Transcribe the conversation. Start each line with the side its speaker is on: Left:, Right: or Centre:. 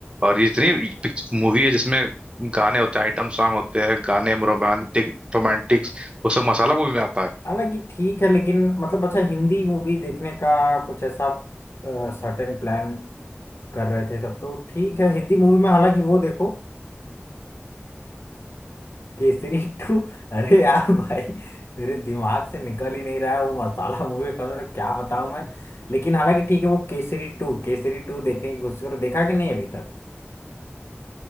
Right: और ये इतनी मूवी है जिसमें गाने होते हैं आइटम सॉन्ग होते हैं गाने रोमांटिक रोमांटिक वो सब मसाला मूवी में आता है
Left: हालांकि ठीक है लेकिन मतलब अच्छा हिंदी मूवी देखने का कुछ ऐसा सर्टेन प्लान कर रहे थे तब तो ठीक है हिंदी मूवी में हालांकि वो देखो केसरी टू अरे यार भाई मेरे दिमाग से निकल ही नहीं रहा है वो मसाला मूवी का तो क्या बताऊं मैं लेकिन हालांकि ठीक है वो केसरी टू केसरी टू देखने की कोशिश करो देखा कि नहीं अभी तक